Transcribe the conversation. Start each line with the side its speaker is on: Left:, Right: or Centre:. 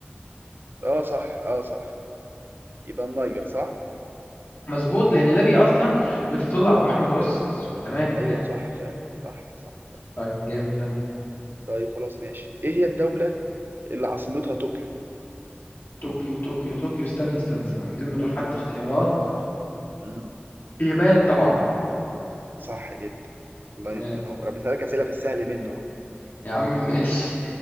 Right: اه صح اه صح يبقى النيجر صح
Left: مظبوط لأن ليبيا أصلا بتطل على البحر المتوسط فتمام
Right: ايوه
Left: جامد
Right: صح فعلا صح صح فعلا.
Left: طيب جامد يلا
Right: طيب خلاص ماشي ايه هي الدولة اللي عاصمتها طوكيو
Left: طوكيو طوكيو طوكيو استنى استنى استنى من غير ما تقول حتى اختيارات
Right: مم.
Left: اليابان طبعا
Right: صح جدا الله
Left: تمام
Right: ينور أنا بسألك أسئلة في السهل منه أهو.
Left: يا عم <laughs> ماشي